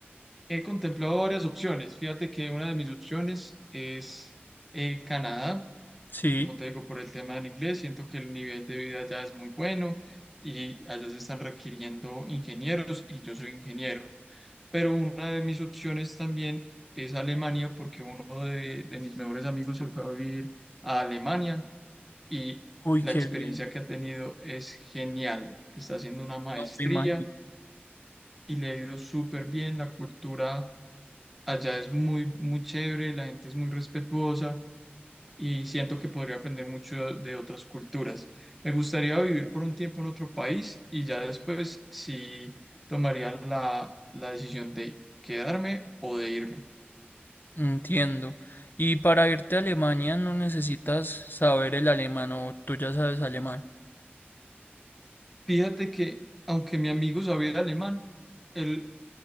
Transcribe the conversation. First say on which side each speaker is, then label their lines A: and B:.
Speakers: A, in the centre; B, on the left.
A: he contemplado varias opciones. Fíjate que una de mis opciones es eh, Canadá.
B: Sí.
A: como te digo, por el tema del inglés, siento que el nivel de vida allá es muy bueno y allá se están requiriendo ingenieros y yo soy ingeniero. Pero una de mis opciones también es Alemania porque uno de, de mis mejores amigos se fue a vivir a Alemania y
B: Uy,
A: la
B: qué
A: experiencia
B: bien.
A: que ha tenido es genial. Está haciendo una maestría
B: No me imagino.
A: y le ha ido súper bien. La cultura allá es muy, muy chévere, la gente es muy respetuosa y siento que podría aprender mucho de otras culturas. Me gustaría vivir por un tiempo en otro país y ya después sí tomaría la, la decisión de quedarme o de irme.
B: Entiendo. Y para irte a Alemania no necesitas saber el alemán o tú ya sabes alemán.
A: Fíjate que aunque mi amigo sabía alemán, él